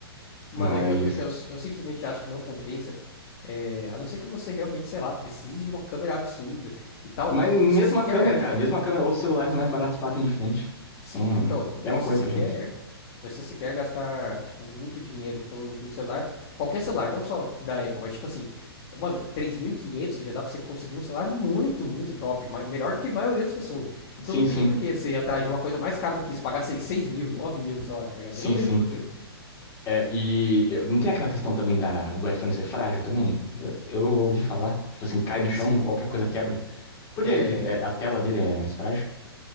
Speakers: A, on the left (about 35°); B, on the left (about 20°).
A: Mano,
B: Mas.
A: é que eu, é que eu, eu simplesmente acho que não compensa. É, a não ser que você realmente, sei lá, precise de uma câmera absurda e tal.
B: Mas mesmo
A: Você sequer
B: a câmera, cara, mesmo a câmera, outros celulares mais baratos batem de frente. São.
A: Sim, então,
B: É
A: você
B: uma coisa
A: sequer,
B: pra gente.
A: você sequer gastar, tipo, muito dinheiro com, com o celular, qualquer celular, não só da Apple, mas tipo assim, mano, 3.500 já dá pra você conseguir um celular muito, muito top, ma- melhor do que a maioria das pessoas. Então
B: Sim,
A: não tem
B: sim.
A: por que você ir atrás de uma coisa mais cara do que isso, pagar seis seis mil, nove mil no celular, tá ligado?
B: Sim,
A: Eu não vejo
B: sim.
A: por quê, mano.
B: É, e eu- não tem aquela questão também da, do iPhone ser frágil também? Eu, eu ouvi falar, tipo assim, cai no chão,
A: Sim,
B: qualquer coisa quebra. Por que
A: é,
B: é, a tela dele é mais frágil?